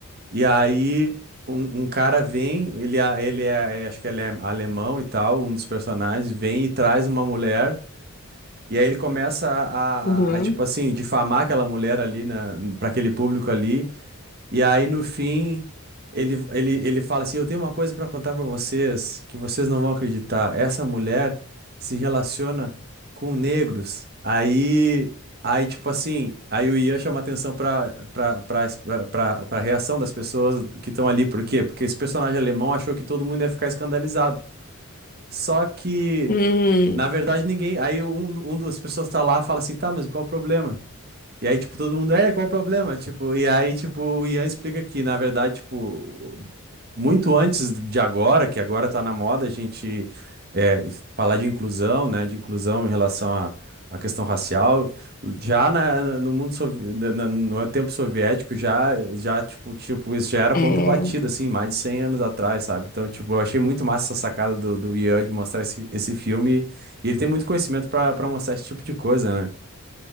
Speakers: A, on the right; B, on the left.
A: E aí um, um cara vem, ele é, ele é, é- acho que ele é alemão e tal, um dos personagens vem e traz uma mulher. E aí ele começa a,
B: uhum.
A: a, a, tipo assim difamar aquela mulher ali na para aquele público ali. E aí no fim, ele, ele, ele fala assim: Eu tenho uma coisa para contar para vocês que vocês não vão acreditar. Essa mulher se relaciona com negros. Aí, aí tipo assim, aí o Ian chama atenção para para reação das pessoas que estão ali. Por quê? Porque esse personagem alemão achou que todo mundo ia ficar escandalizado. Só que,
B: Hum,
A: na verdade, ninguém. Aí um, um das pessoas tá lá e fala assim: Tá, mas e qual o problema? E aí, tipo, todo mundo, é, qual o problema? Tipo, e aí, tipo, o Ian explica que, na verdade, tipo, muito antes de agora, que agora tá na moda, a gente é, falar de inclusão, né, de inclusão em relação à à questão racial, já na, na- no mundo, sovi- na- na- no tempo soviético, já, já, tipo, tipo, isso já era
B: é.
A: ponto batido, assim, mais de 100 anos atrás, sabe? Então, tipo, eu achei muito massa essa sacada do, do Ian de mostrar esse, esse filme, e ele tem muito conhecimento pra pra mostrar esse tipo de coisa, né?